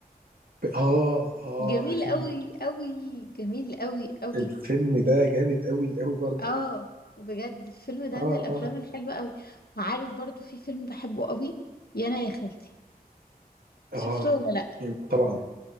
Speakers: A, on the right; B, on the left.
A: اه اه
B: جميل
A: الفيلم
B: قوي قوي جميل قوي قوي
A: الفيلم ده جامد قوي قوي برضو
B: اه بجد الفيلم ده
A: اه
B: من الافلام
A: اه
B: الحلوه قوي وعارف برضو في فيلم بحبه قوي يا انا يا خالتي
A: اه
B: شفته ولا لا
A: يعني طبعا